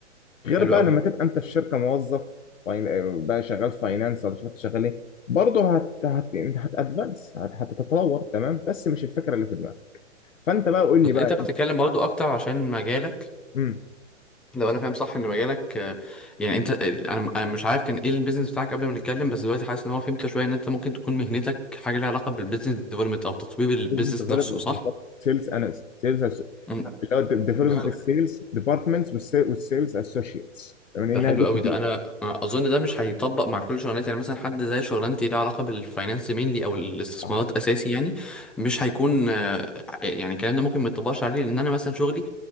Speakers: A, on the left; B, in the centre.
A: غير
B: حلو
A: بقى
B: قوي
A: لما تبقى انت في شركه موظف فاين- آه، بقى شغال فاينانس ولا شوف انت شغال ايه برضه هت هت هتادفانس هت... هتتطور تمام بس مش الفكره اللي في دماغك فانت بقى قول
B: بس
A: لي بقى
B: أنت بتتكلم برضو أكتر عشان مجالك
A: امم
B: لو أنا فاهم صح إن مجالك آه، يعني أنت أنا أنا مش عارف كان إيه البيزنس بتاعك قبل ما نتكلم بس دلوقتي حاسس إن هو فهمت شوية إن أنت ممكن تكون مهنتك حاجة ليها علاقة بالبيزنس ديفلوبمنت أو تطوير البيزنس
A: بزنس ديفلوبمنت
B: نفسه صح؟
A: بالظبط سيلز اناليست سيلز
B: أمم،
A: اللي هو ديفلوبمنت
B: بالظبط
A: السيلز ديبارتمنتس والسيلز اسوشيتس يعني
B: ده
A: انها
B: حلو
A: بي تو
B: قوي
A: بي
B: ده انا اظن ده مش هيطبق مع كل شغلانات يعني مثلا حد زي شغلانتي ليها علاقه بالفاينانس مينلي او الاستثمارات
A: بتاعت.
B: اساسي يعني مش هيكون آه، يعني الكلام ده ممكن ما يطبقش عليه لان انا مثلا شغلي